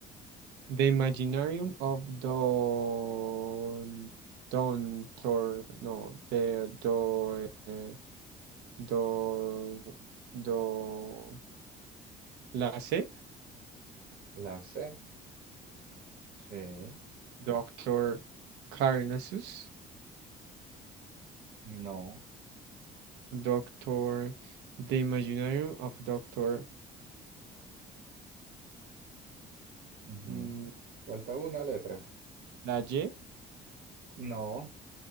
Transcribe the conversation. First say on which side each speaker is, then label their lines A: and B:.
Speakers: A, on the right (about 90°); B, on the right (about 60°).
A: The Imaginarium of Don Don Tor no de do eh, do do Lasse,
B: La C, sí.
A: Doctor Carnassus,
B: No.
A: Doctor The Imaginarium of Doctor
B: Ujú.
A: mm,
B: Falta una letra.
A: Laje,
B: No,